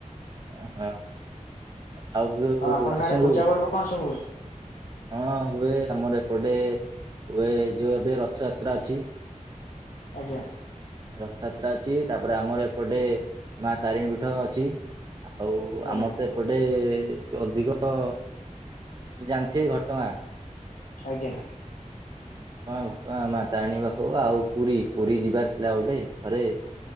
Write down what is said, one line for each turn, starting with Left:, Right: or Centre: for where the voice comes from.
Right: ଓ ହଁ ଆଉ
Left: ଆପଣଙ୍କ
Right: ଆସନ୍ତୁ।
Left: ଆଡେ ପୂଜା ପର୍ବ କଣ ସବୁ ହୁଏ
Right: ହଁ ହୁଏ ଆମର ଏପଟେ ହୁଏ। ଯୋଉ ଏବେ ରଥଯାତ୍ରା ଅଛି।
Left: ଆଜ୍ଞା।
Right: ରଥଯାତ୍ରା ଅଛି, ତାପରେ ଆମର ଏପଟେ ମା ତାରିଣୀ ପୀଠ ଅଛି। ଆଉ
Left: ଆଜ୍ଞା
Right: ଆମର ତ ଏପଟେ ଯୋଉ ଅଧିକ ଜାଣିଥିବେ ଘଟଗାଁ।
Left: ଆଜ୍ଞା।
Right: ହଁ ଘଟଗାଁ ମା ତାରିଣୀ ପାଖୁକୁ ଆଉ ପୁରୀ ପୁରୀ ଯିବାର ଥିଲା ଗୋଟେ ଥରେ।